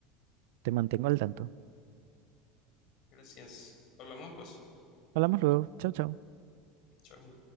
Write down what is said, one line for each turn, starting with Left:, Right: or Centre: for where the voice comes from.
Right: Te mantengo al tanto.
Left: Gracias. Hablamos pues
Right: Hablamos luego. Chao, chao.
Left: Chao.